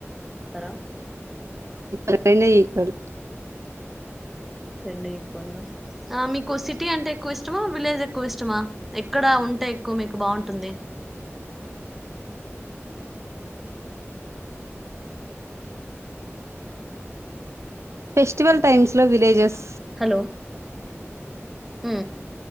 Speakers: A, in the centre; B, on the right.
A: స్తార
B: <inaudible> రెండు ఈక్వల్
A: రెండు ఈక్వల్ గా మీకు సిటీ అంటే ఎక్కువ ఇష్టమా విలేజ్ ఎక్కువ ఇష్టమా ఎక్కడ ఉ అంటే ఎక్కువ మీకు బాగుంటుంది
B: ఫెస్టివల్ టైమ్స్ లో విలేజెస్
A: హలో హు